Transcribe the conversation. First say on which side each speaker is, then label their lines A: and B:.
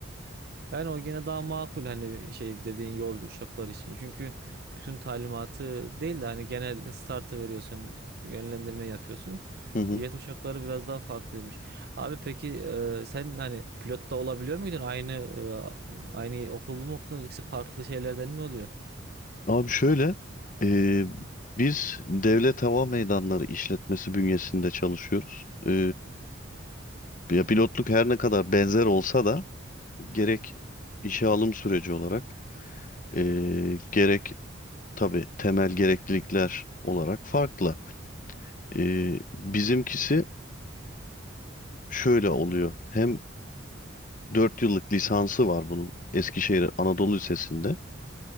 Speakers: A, on the right; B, on the left.
A: Yani o gene daha makul hani şey dediğin yolcu uçaklar için. Çünkü bütün talimatı değil de hani genel startı veriyorsun, yönlendirme yapıyorsun.
B: Hı hı.
A: Jet uçakları biraz daha farklıymış. Abi peki e, sen hani pilotta olabiliyor muydun? Aynı e, aynı okul mu okudunuz? İkisi farklı şeylerden mi oluyor?
B: Abi şöyle e, biz Devlet Hava Meydanları işletmesi bünyesinde çalışıyoruz. E, ya pilotluk her ne kadar benzer olsa da gerek işe alım süreci olarak e, gerek Tabii temel gereklilikler olarak farklı. Ee, bizimkisi şöyle oluyor. Hem 4 yıllık lisansı var bunun Eskişehir Anadolu Lisesi'nde.